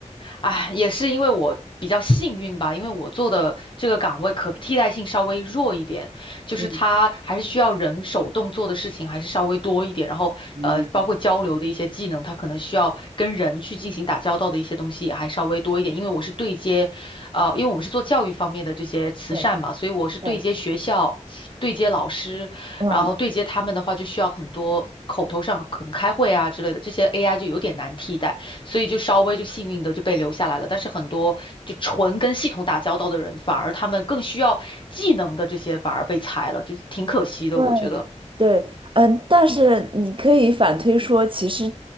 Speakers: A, on the left; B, on the right.
A: 哎，也是因为我比较幸运吧，因为我做的这个岗位可替代性稍微弱一点，
B: <laughs>
A: 就是它还是需要人手动做的事情还是稍微多一点，
B: 嗯
A: 然后呃，
B: 嗯，
A: 包括交流的一些技能，它可能需要跟人去进行打交道的一些东西也还稍微多一点，因为我是对接，呃，因为我们是做教育方面的这些慈善嘛，
B: 对
A: 所以我是对接学校，
B: 对，
A: 对接老师，
B: 嗯，
A: 然后对接他们的话就需要很多。口头上可能开会啊之类的，这些 AI 就有点难替代。所以就稍微就幸运的就被留下来了。但是很多就纯跟系统打交道的人，反而他们更需要技能的这些反而被裁了，就挺可惜的，
B: 对
A: 我觉得。
B: 对，嗯，但是你可以反推说，其实